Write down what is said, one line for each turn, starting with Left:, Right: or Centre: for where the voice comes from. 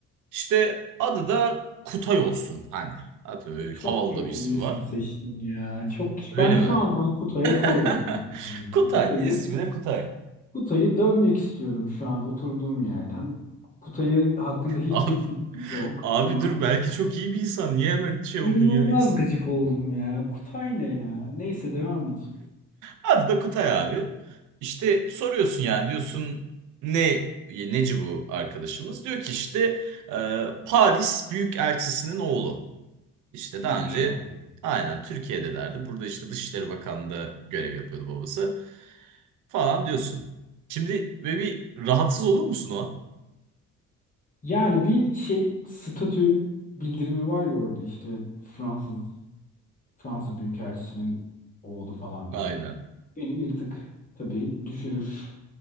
Right: İşte adı da Kutay olsun hani. Atıyorum, öyle havalı
Left: Çok kötü
Right: da bir ismi
Left: bir isim
Right: var.
Left: seçtin ya. Çok
Right: Öyle
Left: ben şu
Right: mi?
Left: andan Kutay'a kıl oldum.
Right: <laughs> Kutay.
Left: Kutay'ı
Right: ismi de Kutay.
Left: Kutay'ı dövmek istiyorum şu an oturduğum yerden. Kutay'ı hakkında hiçbir
Right: Abi,
Left: fikrim yok
Right: abi
Left: ama
Right: dur belki çok iyi bir insan. Niye hemen şey oldun
Left: inanılmaz
Right: ya? İs-
Left: gıcık oldum ya. Kutay ne ya? Neyse devam et.
Right: Adı da Kutay abi. İşte soruyorsun yani diyorsun ne neci bu arkadaşımız? Diyor ki işte e, Paris Büyükelçisi'nin oğlu. İşte daha
Left: Maşallah.
Right: önce aynen Türkiye'delerdi. Burada işte Dışişleri Bakanlığı'nda görev yapıyordu babası. Falan diyorsun. Şimdi ve bir rahatsız olur musun o an?
Left: Yani bir şey statü bildirimi var ya orada işte Fransız Fransa Büyükelçisi'nin oğlu falan
Right: Aynen.
Left: diye. Beni bir tık tabii düşürür.